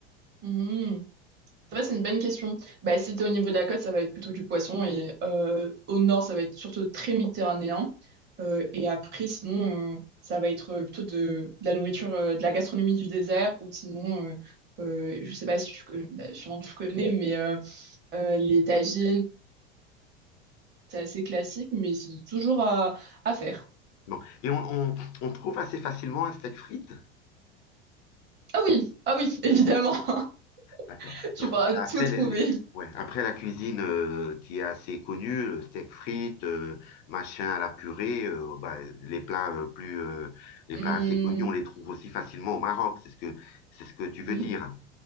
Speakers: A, on the right; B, on the left.
A: Hmm. Ça va, c'est une bonne question. Bah, si t'es au niveau de la côte, ça va être plutôt du poisson et euh, au nord, ça va être surtout très méditerranéen. Euh, et après, sinon, euh, ça va être euh, plutôt de, de la nourriture, euh, de la gastronomie du désert ou sinon, euh, euh, je sais pas si tu, con- bah, sûrement tu connais, mais euh, euh, les tagines, c'est assez classique, mais c'est toujours à à faire.
B: non. Et on, on- on trouve assez facilement un steak frites.
A: Ah oui, ah oui, <laughs> évidemment. <laughs>
B: D'accord.
A: Tu
B: Donc,
A: pourras
B: après,
A: tout trouver.
B: les- les- ouais, après la cuisine euh, qui est assez connue, le steak frites, euh, machin à la purée, euh, bah, les plats euh, plus, euh, les
A: Hmm,
B: plats assez connus, on les trouve aussi facilement au Maroc. C'est ce que, c'est ce que tu
A: oui,
B: veux dire.